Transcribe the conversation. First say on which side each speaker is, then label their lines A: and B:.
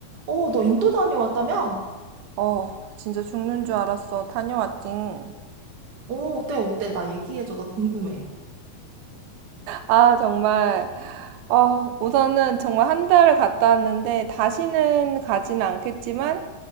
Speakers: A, on the right; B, on the right.
A: 어, 너 인도 다녀왔다며?
B: 어, 진짜 죽는 줄 알았어. 다녀왔징.
A: 어, 어때, 어때? 나 얘기해줘. 나 궁금해.
B: 아, 정말. 어, 우선은 정말 한 달을 갔다 왔는데 다시는 가진 않겠지만